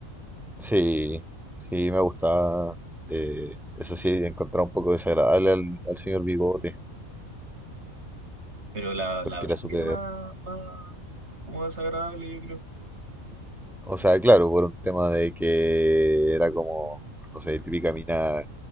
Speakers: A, in the centre; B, on the right.
A: Sí, sí, me gustaba. eh, eso sí, encontraba un poco desagradable al, al señor Bigote,
B: Pero la,
A: porque
B: la Brandy
A: era súper.
B: era más, más como desagradable, yo creo.
A: O sea, claro, por un tema de que era como, no sé, típica mina